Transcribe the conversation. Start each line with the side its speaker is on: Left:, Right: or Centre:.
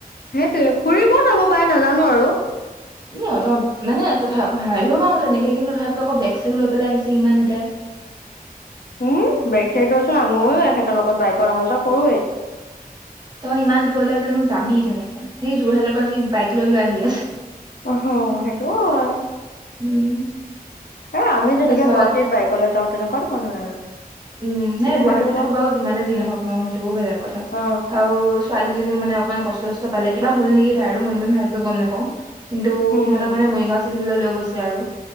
Left: সেইটোৱে, ফুৰিবও যাব পাৰে নাজানো আৰু।
Right: সিহঁতৰ মানে তথা ভাবিও পাওঁ তেনেকে কিন্তু তথাপিও আকৌ বেগ -চেগ লৈ পেলাই আহিছে ইমানকে।
Left: <inaudible> উম বেক চাইড চোন ময়ো এখেতৰ লগত বাইকৰত অহা যোৱা কৰোঁৱেই
Right: তই ইমান দূৰলৈ জানো যাবি তেনেকে সেই যোৰহাটৰ পৰা সি বাইক লৈ লৈ আহি আছে
Left: অহ সেইটো হয়।
Right: উম
Left: এ আমি যেনেকে
Right: তাৰপিছত
Left: গুৱাহাটীত বাইকলৈ যাওঁ তেনেকুৱা ধৰণে <unintelligible> আৰু
Right: উম
Left: কিন্তু
Right: হে গুৱাহাটীতো
Left: সেইটো
Right: বাৰু যিমানে যি নহওক ন সেইটোও বেলেগ কথা
Left: অ
Right: আৰু ছোৱালীজনীও মানে ইমান কষ্ট চষ্ট পালে কিবা হল নেকি তাই আৰু মই ইমান ভালকে গম নাপাও। <unintelligible> কিন্তু
Left: উম
Right: সিহঁতক মানে মৰিগাঁও -চৰিগাওঁলৈ লৈ গৈছে আৰু।